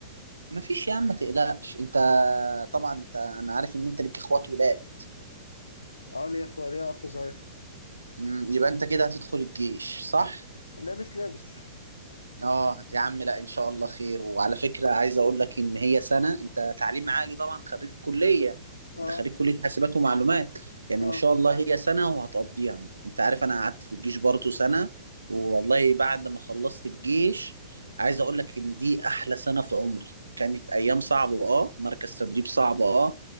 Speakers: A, on the right; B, on the left.
A: مفيش يا عم ما تقلقش انت طبعا انت انا عارف ان انت ليك اخوات ولاد
B: اه ليه اخويا ليه اخ صغير
A: مم، يبقى انت كده هتدخل الجيش صح
B: لابس لابس
A: اه يا عم لا ان شاء الله خير وعلى فكره عايز اقول لك ان هي سنه انت تعليم عالي طبعا خريج كليه
B: اه
A: انت خريج كليه حاسبات ومعلومات يعني
B: اه
A: ما شاء الله هي سنه وهتقضيها انت عارف انا قعدت في الجيش برضه سنه والله بعد ما خلصت الجيش عايز اقول لك ان دي احلى سنه في عمري كانت ايام صعبه اه مركز تدريب صعب اه